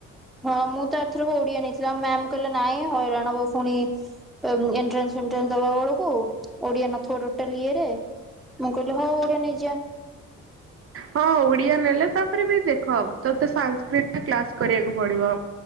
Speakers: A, in the centre; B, on the right (about 45°).
A: ହଁ ମୁଁ ତ ଆରଥରକ ଓଡିଆ ନେଇଥିଲି ମ୍ୟାମ କହିଲେ ନାଇଁ ହଇରାଣବ ପୁଣି ଏମ ଏଣ୍ଟ୍ରାନ୍ସ ଫେଟ୍ରାନ୍ସ ଦବା ବେଳକୁ ଓଡିଆ ନଥଥିବା ଟୋଟାଲି ଇଏରେ ମୁଁ କହିଲି ହଉ ଓଡ଼ିଆ ନେଇଯିବା।
B: ହଁ ଓଡିଆ ନେଲେ ତାପରେ ବି ଦେଖ ତତେ ସାଂକ୍ରିଡ୍ କ୍ଲାସ କରିବାକୁ ପଡିବ